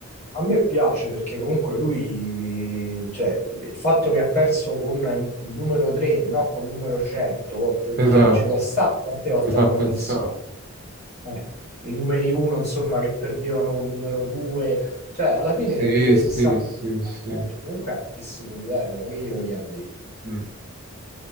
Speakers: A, on the left (about 30°); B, on the right (about 45°).
A: a me piace perché comunque lui, cioè, il fatto che ha perso con il numero 3, no, col numero 100, te-
B: esatto,
A: cioè, ci può stare quante volte
B: ti fa
A: abbiamo
B: pensare.
A: visto. eh, i numeri uno, insomma, che perdevano con il numero due, cioè alla fine
B: Sì,
A: pure se
B: sì,
A: saltavano,
B: sì, sì.
A: cioè, comunque è altissimo livello, ma che gli vogliamo dire?
B: Mm.